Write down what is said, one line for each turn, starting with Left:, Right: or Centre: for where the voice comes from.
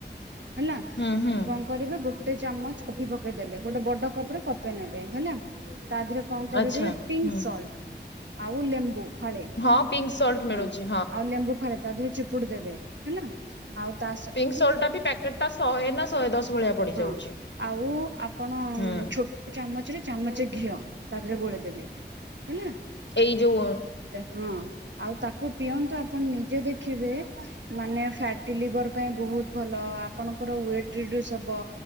Right: ହେଲା
Left: ହୁଁ ହୁଁ
Right: କଣ କରିବେ ଗୋଟେ ଚାମଚ କଫି ପକେଇଦେଲେ ଗୋଟେ ବଡ କପରେ କଫି ନେବେ ହେଲା। ତା ଦେହରେ କଣ କରିବି
Left: ଆଚ୍ଛା
Right: ପିଙ୍କ
Left: ହୁଁ
Right: ସଲ୍ଟ ଆଉ ଲେମ୍ବୁ ଫାଳେ
Left: ହଁ ପିଙ୍କ ସଲ୍ଟ ମିଳୁଛି
Right: ହଁ ଆଉ ଲେମ୍ବୁ ଫାଳେ ତା ଦେହରେ ଚିପୁଡି ଦେବେ ହେଲା। ଆଉ ତା
Left: ପିଙ୍କ ସଲ୍ଟ ଟା ବି ପ୍ୟାକେଟ ଟା ଶହେ ନା ଶହେ ଦଶ ଭଳିଆ ପଡିଯାଉଛି।
Right: ହଁ ଆଉ ଆପଣ
Left: ହୁଁ
Right: ଛୋଟ ଚାମଚରେ ଚାମଚ ଘିଅ ତା ଦେହରେ ଗୋଳେଇ ଦେବେ ହେଲା।
Left: ଏଇ ଯଉ!
Right: ହଁ ଆଉ ତାକୁ ପିଅନ୍ତୁ ଆପଣ ନିଜେ ଦେଖିବେ। ମାନେ ଫ୍ୟାଟି ଲିଭର ପାଇଁ ବହୁତ ଭଲ ଆପଣଙ୍କର ୱେଟ ରଡିୁସ୍ ହବ।